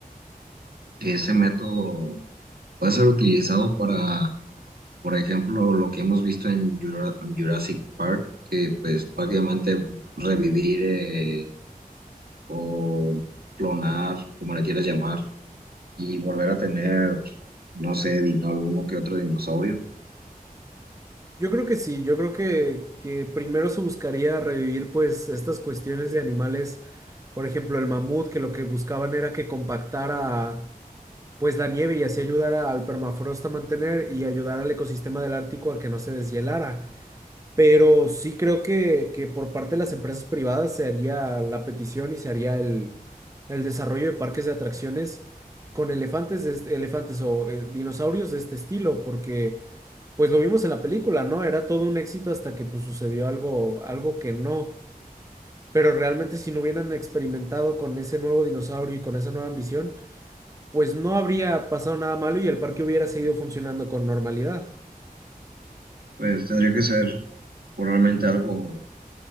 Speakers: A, on the right; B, on the right.
A: que ese método puede ser utilizado para Por ejemplo, lo que hemos visto en Jura- Jurassic Park, que pues prácticamente revivir eh, o clonar, como le quieras llamar, y volver a tener, no sé, dino, alguno que otro dinosaurio,
B: Yo creo que sí, yo creo que, que primero se buscaría revivir pues estas cuestiones de animales, por ejemplo el mamut, que lo que buscaban era que compactara pues la nieve y así ayudara al permafrost a mantener y ayudar al ecosistema del Ártico a que no se deshielara. Pero sí creo que, que por parte de las empresas privadas se haría la petición y se haría el, el desarrollo de parques de atracciones con elefantes, de este- elefantes o eh, dinosaurios de este estilo, porque pues lo vimos en la película, ¿no? Era todo un éxito hasta que pues sucedió algo, algo que no. Pero realmente si no hubieran experimentado con ese nuevo dinosaurio y con esa nueva ambición, pues no habría pasado nada malo y el parque hubiera seguido funcionando con normalidad.
A: pues tendría que ser probablemente algo